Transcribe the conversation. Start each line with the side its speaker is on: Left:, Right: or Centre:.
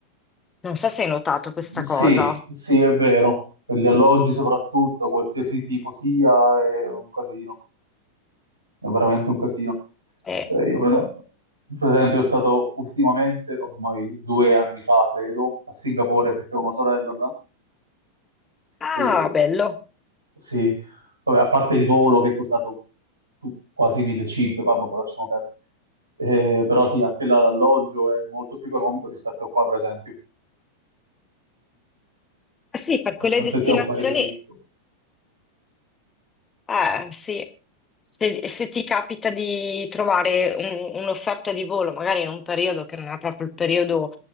Left: Non so se hai notato questa
Right: Sì,
Left: cosa.
Right: sì, è vero. Per gli alloggi soprattutto, qualsiasi tipo sia, è un casino. È veramente un casino.
Left: Eh,
Right: Eh, io per es- per esempio, sono stato ultimamente, ormai due anni fa, credo, a Singapore perché ho una sorella là.
Left: Ah,
Right: E
Left: bello.
Right: sì, vabbè, a parte il volo che è costato tu- quasi 1500, vabbè, poi lasciamo perdere. Eh, però sì, anche là l'alloggio è molto più economico rispetto a qua, per esempio,
Left: Eh Sì, per
Right: nonostante
Left: quelle destinazioni
Right: sia un paese ricco.
Left: Eh, sì. Se, se ti capita di trovare un- un'offerta di volo, magari in un periodo che non è proprio il periodo